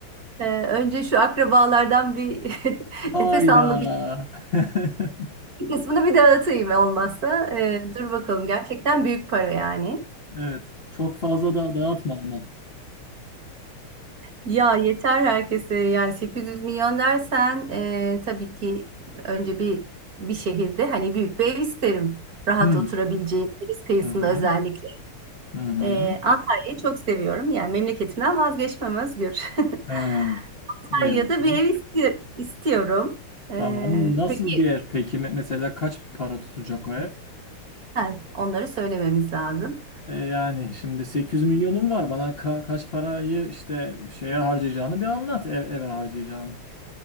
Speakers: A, on the right; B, on the left.
A: Ee, önce şu akrabalardan bir <laughs>
B: Hayda.
A: nefes almak için
B: <laughs>
A: bir kısmını bir dağıtayım olmazsa. Ee, dur bakalım, gerçekten büyük para yani.
B: Evet. Çok fazla da dağıtma ama.
A: Ya yeter herkese yani 800 milyon dersen e, tabii ki önce bir bir şehirde hani büyük bir ev isterim. Rahat
B: Hmm.
A: oturabileceğim deniz kıyısında
B: Hı hı.
A: özellikle.
B: Hı hı.
A: E, Antalya'yı çok seviyorum. Yani memleketimden vazgeçmem Özgür.
B: He.
A: <laughs> Antalya'da
B: İyi bakalım.
A: bir ev iste- istiyorum. E,
B: Tamam. Nasıl
A: peki
B: bir ev peki? Me- Mesela kaç para tutacak o ev?
A: ha, onları söylememiz lazım.
B: E yani şimdi 800 milyonum var. Bana ka- kaç parayı işte şeye harcayacağını bir anlat. Ev eve harcayacağını.